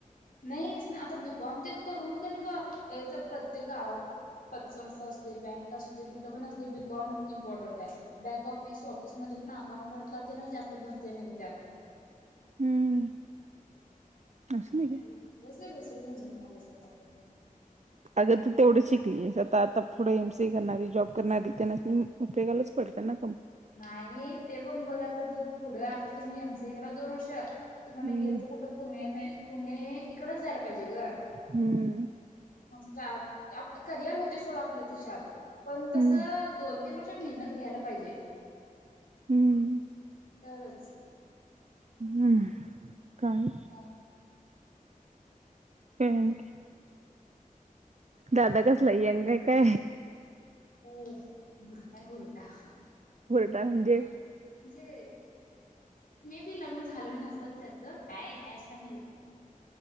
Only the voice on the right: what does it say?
हम्म असं नाही
का
अग तू तेवढं शिकलीस आता आता पुढं एम सी ए करणारी जॉब करणारी त्यांना उपयोगालाच पडतना
हम्म
हम्म
हम्म
हम्म
हम्म काय
का न का दादा
कसलाई अंग का
बरटाय म्हजे <unintelligible>